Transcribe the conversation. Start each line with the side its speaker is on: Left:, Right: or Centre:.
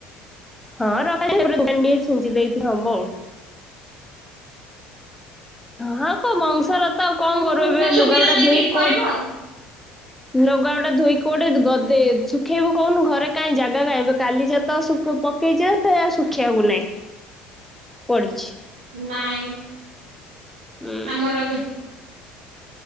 Centre: ହଁ ରଖାଯାଏ <inaudible> ଛିଞ୍ଚି ଦେଇକି ହବ ଆଉ। ହଁ କ ବଂଶାରତ ଆଉ କଣ
Right: ହଁ
Centre: କରୁବୁ ଏବେ
Right: ବା ସୁବିଧା
Centre: ଲୁଗାପଟା
Right: ଦେଖିକି
Centre: ଧୋଇ
Right: କରିବ
Centre: କ
Right: ଆଉ
Centre: ଲୁଗା ପଟା ଧୋଇକି କୋଉଠି ଗଦେ ଶୁଖେଇବୁ କହୁନୁ ଘରେ କାଇଁ ଜାଗା କାଇଁ ଏବେ କାଲି ଯା ତ ଶୁକୁ ପକେଇଚି ଯେ ସେ ଶୁଖିଆକୁ ନାଇଁ। ପଡ଼ିିଛି।
Right: ନାଇଁ।
Centre: ଉଁ।
Right: ଆମର ବି